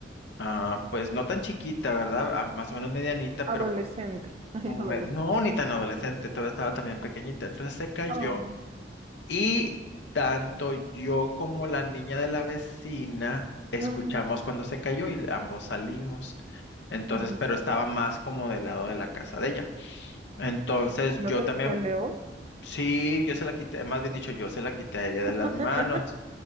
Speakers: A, on the left; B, on the right.
A: Ah, pues no tan chiquita, ¿verdad? Ah, más o menos medianita, pero
B: Adolescente.
A: pues
B: <laughs> Ay,
A: como
B: adolescente.
A: me... No, ni tan adolescente, todavía estaba también pequeñita. Entonces se cayó
B: Oh. <gasps>
A: y tanto yo como la niña de la vecina escuchamos
B: Ah,
A: cuando se cayó y ambos salimos. Entonces,
B: ujú.
A: pero estaba más como del lado de la casa de ella. Entonces
B: ¿No
A: yo
B: te
A: también,
B: lo peleo?
A: sí, yo se la quité, más bien dicho, yo se la quité a ella de
B: <laughs>
A: las manos.